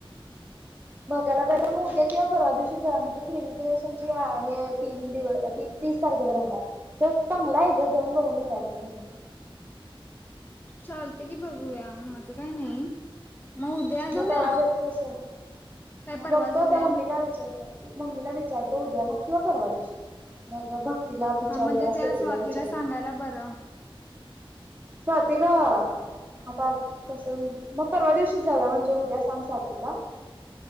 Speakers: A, on the right; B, on the left.
A: बघायला पाहिजे, मग उद्या किंवा परवा दिवशी जावु या म, ती क्रिमिक्रेशनची हा हे तीन दिव तीन तीस तारखेपर्यंत हाय तो चांगला हाय ग. जाऊन बघून येजा की म्हणून
B: चालतय की बघूया, माझं काय नाही. मग उद्या जाऊया
A: म कवा जायचं ते सांग.
B: काय
A: म
B: परवा
A: बघतो
B: जाऊया
A: आता मम्मीला विचारतो. मम्मीला विचारतो उद्या मग किंवा परवा दिवशी. मग भक्तीला विचारूया,
B: हा म्हणजे त्या
A: सेतीला
B: स्वातीला
A: विचारूया.
B: सांगायला बरं
A: स्वातीला आताच कसं? मग परवा दिवशीच जाऊया म्हणजे उद्या सांग स्वातीला